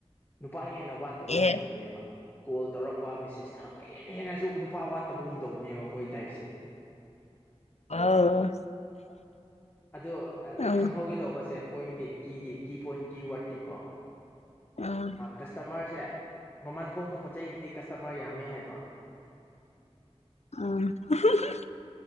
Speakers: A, on the left; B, on the left.
A: ꯅꯨꯄꯥ ꯍꯦꯟꯅ ꯋꯥꯠꯇꯕꯒꯨꯝ
B: ꯑꯦ
A: ꯇꯧꯕꯅꯦꯕ ꯀꯣꯜ ꯇꯧꯔꯛꯄ ꯃꯦꯁꯦꯁ ꯊꯥꯔꯛꯄ ꯍꯦ ꯍꯦꯟꯅꯁꯨ ꯅꯨꯄꯥ ꯋꯥꯠꯇꯕꯒꯨꯝ ꯇꯧꯕꯅꯦꯕ ꯃꯣꯏ ꯇꯥꯏꯞꯁꯦ
B: ꯑ
A: ꯑꯗꯣ ꯑꯣ
B: ꯑ
A: ꯈꯪꯍꯧꯒꯦꯗꯧꯕꯁꯦ ꯄꯣꯏꯟ ꯗꯦ ꯀꯤꯗꯤꯦ ꯀꯤ ꯄꯣꯏꯟ ꯀꯤ ꯋꯥꯠꯇꯦ ꯀꯣ
B: ꯑ
A: ꯀꯁꯇꯃꯔꯁꯦ ꯃꯃꯜ ꯍꯣꯡꯕ ꯄꯣꯠ ꯆꯩꯩꯗꯨꯗꯤ ꯀꯁꯇꯃꯔ ꯌꯥꯝꯃꯦ ꯍꯥꯏꯕ
B: ꯑꯝ ꯍꯍ